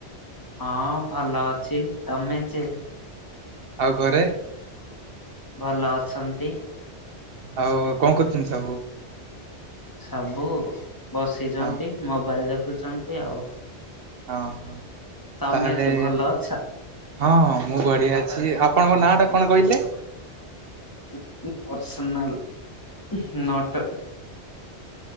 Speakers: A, on the left; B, on the right.
A: ହଁ ଭଲ ଅଛି ତମେ ଯେ
B: ଆଉ ଘରେ?
A: ଭଲ ଅଛନ୍ତି?
B: ଆଉ କଣ କରୁଛନ୍ତି ସବୁ?
A: ସବୁ ବସିଚନ୍ତି
B: ହଁ
A: ମୋବାଇଲି ଦେଖୁଚନ୍ତି ଆଉ।
B: ହଁ ହଁ
A: ତମେ
B: ତାହେଲେ
A: ଯେ ଭଲ ଅଛ?
B: ହଁ ହଁ ମୁଁ ବଢିଆ ଅଛି ଆପଣଙ୍କ ନାଁ ଟା କଣ କହିଲେ?
A: ହୁଁ ହୁଁ ପସ୍ନାଲ ନଟ୍